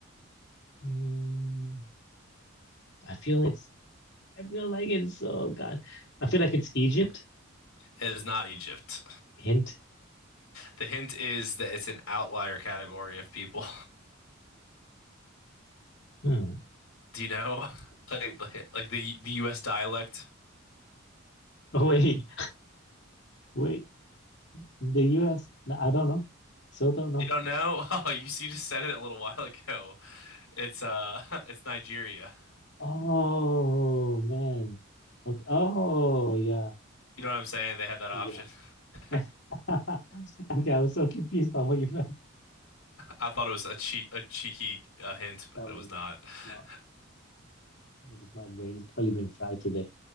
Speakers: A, on the left; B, on the left.
A: mm, I feel it's. I feel like it's. Oh God, I feel like it's Egypt.
B: It is not Egypt.
A: Hint.
B: The hint is that it's an outlier category of people.
A: Hmm. <laughs>
B: <laughs> Do you know? <laughs> Like like like the the US dialect.
A: Oh wait, wait. The U.S. No, I don't know. Still don't know.
B: You don't know? <laughs> Oh, you, you just said it a little <laughs> while ago. It's uh <laughs> it's Nigeria.
A: Oh man. Okay. Oh yeah,
B: You know what I'm saying? They have that
A: yeah.
B: option. <laughs>
A: <laughs> Okay, I was so confused by what you meant.
B: I thought it was a cheek a cheeky uh, hint, but
A: That
B: it
A: was
B: was not. <laughs>
A: smart. It was my brain's probably been fried today.